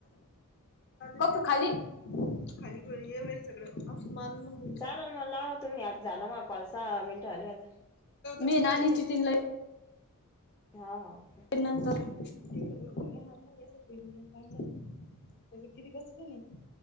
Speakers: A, on the left (about 50°); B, on the left (about 15°).
A: बघू खाली खाली येवईल सगळंमारग <unintelligible>
B: चाल मला तुम्ही आता झाला मग पाच सहा मिनटं झालं आता
A: मी नाचीि तीन ल <unintelligible>
B: हा हा
A: नंतर येणार नाही चांगलं त्याच किती कसत नाही <inaudible>